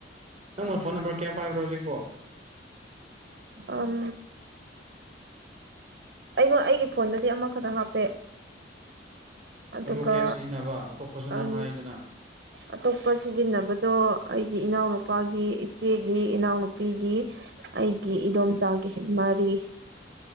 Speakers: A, on the right; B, on the right.
A: ꯅꯪꯕꯣ ꯐꯣꯟ ꯅꯝꯕꯔ ꯀꯌꯥ ꯄꯥꯏꯕ꯭ꯔꯣ ꯍꯧꯖꯤꯛꯄꯣ
B: ꯑꯝ ꯑꯩꯉꯣ ꯑꯩꯒꯤ ꯐꯣꯟꯗꯗꯤ ꯑꯃꯈꯛꯇ ꯍꯥꯞꯄꯦ ꯑꯗꯨꯒ
A: ꯑꯗꯨ ꯀꯌꯥ ꯁꯤꯖꯤꯟꯅꯕ ꯑꯇꯣꯞꯄꯁꯨ ꯅꯪ
B: ꯑꯝ
A: ꯍꯥꯏꯗꯅ
B: ꯑꯇꯣꯞꯄ ꯁꯤꯖꯤꯟꯅꯕꯗꯣ ꯑꯩꯒꯤ ꯏꯅꯥꯎꯅꯨꯄꯥꯒꯤ ꯏꯆꯦꯒꯤ ꯏꯅꯥꯎꯅꯨꯄꯤꯒꯤ ꯑꯩꯒꯤ ꯏꯗꯣꯝꯆꯥꯒꯤ ꯃꯔꯤ